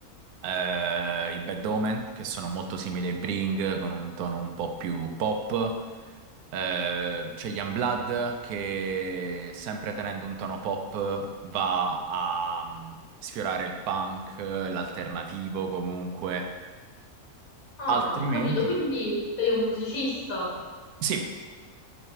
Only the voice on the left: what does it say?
ah,
ho capito, quindi sei un musicista.